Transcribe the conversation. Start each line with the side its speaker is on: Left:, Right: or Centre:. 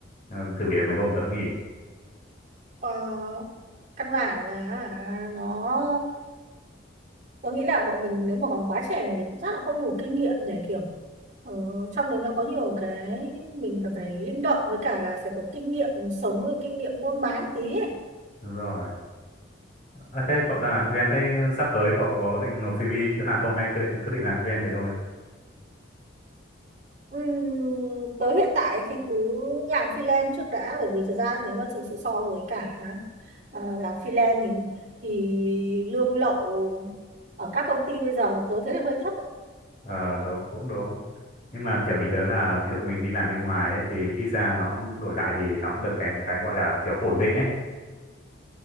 Left: Ờ, thử việc mấy hôm tớ cũng nghỉ
Right: ờ, căn bản là nó tớ nghĩ là bọn mình nếu mà còn quá trẻ thì chắc là không đủ kinh nghiệm để kiểu ờ, trong đấy nó có nhiều cái mình cần phải linh động với cả là phải có kinh nghiệm sống với kinh nghiệm buôn bán tí ấy
Left: đúng rồi À, thế cậu đang làm freelance thế sắp tới cậu có định nộp CV chỗ nào không hay cứ, cứ định làm freelance thế thôi?
Right: Ừm, tới hiện tại thì cứ làm freelance trước đã bởi vì thật ra nếu mà thực sự so với cả à, làm freelance thì thì lương lậu ở các công ty bây giờ tớ thấy là hơi thấp ấy.
Left: Ờ đúng cũng đúng. Nhưng mà kiểu ý tớ là ví dụ mình đi làm bên ngoài ấy, thì ít ra nó cũng đổi lại thì nó cũng được cái cái gọi là kiểu ổn định ấy.